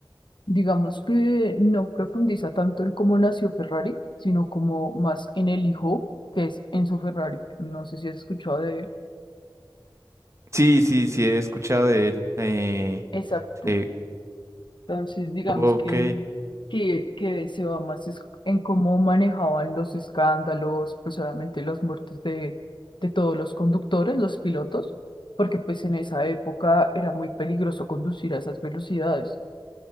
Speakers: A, on the left (about 65°); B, on the right (about 35°).
A: Digamos que no profundiza tanto en cómo nació Ferrari, sino como más en el hijo que es Enzo Ferrari. No sé si has escuchado de él.
B: Sí, sí, sí he escuchado de él. Eh,
A: Exacto.
B: eh,
A: Entonces, digamos
B: ok.
A: que, que, que se va más es- en cómo manejaban los escándalos, pues obviamente las muertes de, de todos los conductores, los pilotos, porque pues en esa época era muy peligroso conducir a esas velocidades.